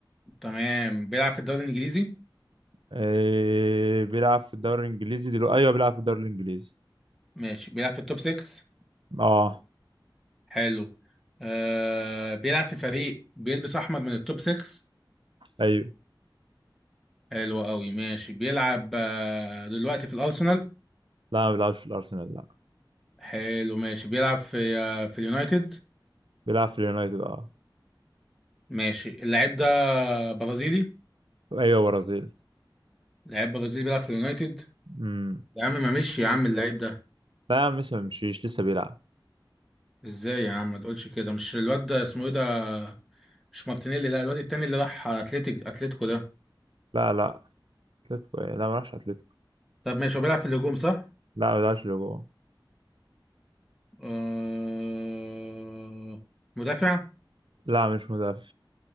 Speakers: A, in the centre; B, on the right.
A: تمام بيلعب في الدوري الإنجليزي
B: إيه بيلعب في الدوري الإنجليزي دلوقتي أيوه بيلعب في الدوري الإنجليزي
A: ماشي بيلعب في التوب 6
B: اه
A: حلو آه بيلعب في فريق بيلبس أحمر من التوب 6
B: أيوه
A: حلو قوي ماشي بيلعب آه دلوقتي في الأرسنال
B: لا ما بيلعبش في الأرسنال لا
A: حلو ماشي بيلعب في آه في اليونايتد
B: بيلعب في اليونايتد اه
A: ماشي اللاعب ده برازيلي
B: أيوه برازيل
A: لاعب برازيلي بيلعب في اليونايتد
B: امم
A: يا عم ما مشي يا عم اللاعب ده
B: لا لسه ما مشيش لسه بيلعب
A: ازاي يا عم ما تقولش كده مش الواد ده اسمه ايه ده مش مارتينيلي لا الواد التاني اللي راح اتلتيك اتلتيكو ده
B: لا لا أتلتيكو إيه؟ لا ما راحش أتلتيكو
A: طب ماشي هو بيلعب في الهجوم صح
B: لا ما بيلعبش لجوه
A: آه... مدافع
B: لا مش مدافع